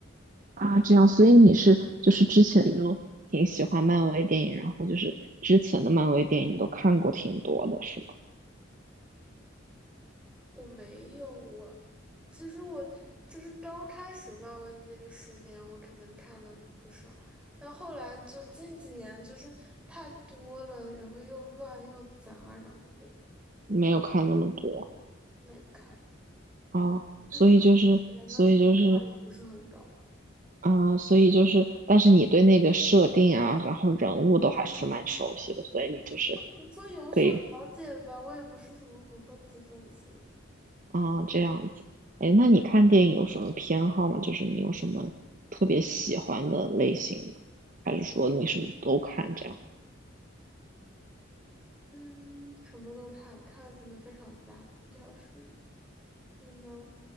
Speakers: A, on the right; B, in the centre.
A: 啊这样，所以你是就是之前就挺喜欢漫威电影，然后就是之前的漫威电影你都看过挺多的，是吗？
B: 我没有我，其实我就是刚开始漫威的那个十年，我可能看了不少，但后来就近几年就是太多了，然后又乱又杂，然后就
A: 没有看那么多
B: 没看，
A: 啊，所以就是所以就是
B: 而且人的质量也不是很高。
A: 啊，所以就是，但是你对那个设定啊，然后人物都还是蛮熟悉的，所以你就是。
B: 怎么说有所了解吧，
A: 可以。
B: 我也不是什么骨灰级粉丝，
A: 啊，这样子。哎，那你看电影有什么偏好吗？就是你有什么特别喜欢的类型吗？还是说你什么都看这样？
B: 嗯，什么都看，看的真的非常杂，不挑食。你呢？